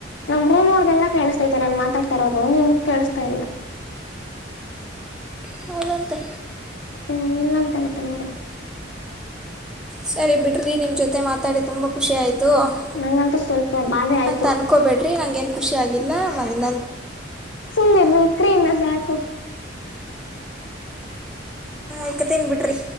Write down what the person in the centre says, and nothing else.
ಹ್ಮ ಅದಂತೆ
ಸರಿ ಬಿಡ್ರಿ ನಿಮ್ ಜೊತೆ ಮಾತಾಡಿ ತುಂಬಾ ಖುಷಿ ಆಯ್ತು ಅದು
ಅಂತ ಅನ್ಕೋಬೇಡ್ರಿ ನಂಗ್ ಏನ್ ಖುಷಿ ಆಗಿಲ್ಲ ಮನಲ್ಲ
ಮಕ ತಿ ಬಿಿಡ್ರಿ